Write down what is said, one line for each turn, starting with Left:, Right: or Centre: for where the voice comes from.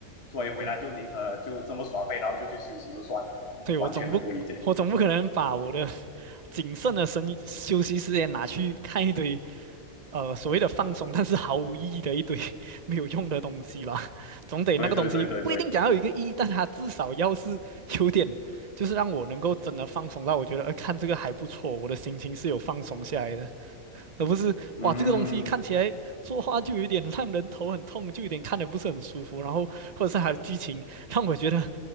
Left: 所以回来就宁可就这么耍废，
Right: 对。
Left: 然后就去休息就算了，
Right: 对，
Left: 完全的够理解。
Right: 我总不我总不可能把我的 <laughs> 谨慎的生休息时间拿去看一堆呃所谓的放松，但是毫无意义的一堆 <laughs> 没有用的东西吧？总得那个东西不一定讲要有一个意义，
Left: 对对对对对，
Right: 但它至少要是 <laughs> 有点，就是让我能够真的放松到我觉得，呃，看这个还不错，我的心情是有放松下来的，而不是哇这个东西看起来作画就有点
Left: 嗯
Right: <laughs> 让人头很痛，就有点看的不是很舒服，然后或者是它的剧情让我觉得。